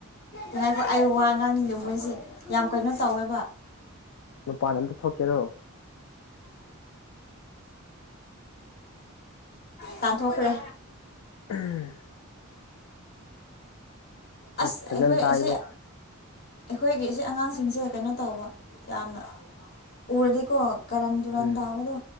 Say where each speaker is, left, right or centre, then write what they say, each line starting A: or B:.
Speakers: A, on the left; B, on the left.
A: ꯉꯥꯏꯈꯣ ꯑꯩ ꯋꯥ ꯉꯥꯡꯅꯤꯡꯗꯦ ꯃꯣꯏꯁꯦ ꯌꯥꯝ ꯀꯩꯅꯣ ꯇꯧꯋꯦꯕ
B: ꯅꯨꯄꯥꯥꯟ ꯑꯝꯇ ꯊꯣꯛꯀꯦꯗꯣ
A: ꯇꯥꯟꯊꯣꯛꯈ꯭ꯔꯦ
B: ꯎꯝ
A: ꯑꯁ
B: ꯎꯝ ꯐꯖꯅ
A: ꯑꯩꯈꯣꯏ
B: ꯇꯥꯏꯕꯨ
A: ꯑꯁꯤ ꯑꯩꯈꯣꯏꯒꯤ ꯏ ꯑꯉꯥꯡꯁꯤꯡꯁꯦ ꯀꯩꯅꯣ ꯇꯧꯕ ꯌꯥꯝꯅ ꯎꯔꯗꯤꯀꯣ ꯀꯔꯟ ꯇꯨꯔꯟ
B: ꯎꯝ
A: ꯇꯥꯕꯗꯣ